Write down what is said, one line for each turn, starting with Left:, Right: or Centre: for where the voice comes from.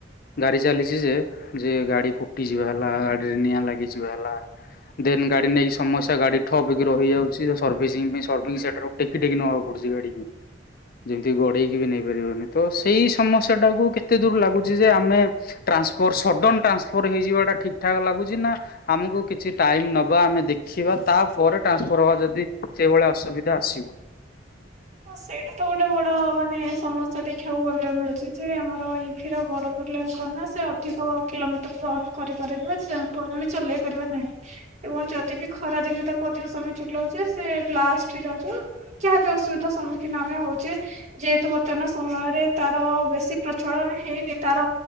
Left: ଗାଡ଼ି ଚାଲିଛି ଯେ ଯେ ଗାଡି ଫୁଟିଯିବା ହେଲା ଗାଡିରେ ନିଆଁ ଲାଗିଯିବା ହେଲା ଦେନ ଗାଡି ନେଇକି ସମସ୍ୟା ଗାଡି ଠପକି ରହିଯାଉଛି ସର୍ସି ପାଇଁ ସ ସେଠାରୁ ଟେକି ଟେକି ନବାକୁ ପଡୁଛି ଗାଡିିକ ଯେମିତି ଗଡେଇକି ବି ନେଇ ପାରିବନି ତ ସେଇ ସମସ୍ୟା ଟାକୁ କେତେ ଦୂର ଲାଗୁଛି ଯେ ଆମେ ଟ୍ରାନ୍ସ ସଡ଼ନ ଟ୍ରାନ୍ସଫର୍ ହେଇଯିବାଟା ଠିକ୍ ଠାକ୍ ଲାଗୁଛି ନା ଆମକୁ କିଛି ଟାଇମ ନବା ଆମେ ଦେଖିବା ତାପରେ ଟ୍ରାନ୍ସଫର୍ ହବା ଯଦି ସେଭଳିଆ ଅସୁବିଧା ଆସିବ।
Right: ସେଇଟା ତ ଗୋଟେ ବଡ ମାନେ ସମସ୍ୟା ଦେଖିବାକୁ ଗଲେ ମିଳୁଛି ଯେ ଆମର ଇଭିିର ବଡ ପ୍ରୋବ୍ଲେମ କଣ ନା ସେ ଅଧିକ କିଲୋମିଟର ରନ୍ କରିପାରେନି ଆମେ ଚଲେଇ ପାରିବା ନାହିଁ। ଏବଂ ଯଦି ବିି ଖରାଦିନେ ତା ଅଧିକ ସମୟ ଚୁଟ ହଉଛି ସେ ବ୍ଲାଷ୍ଟ ହେଇ ଯାଉ ଯାହାକି ଅସୁବିଧା ସମ୍ମୁଖୀନ ଆମେ ହଉଛେ ଯେହେତୁ ବର୍ତ୍ତମାନ ସମୟରେ ତାର ବେଶୀ ପ୍ରଚଳନ ହେଇନି ତାର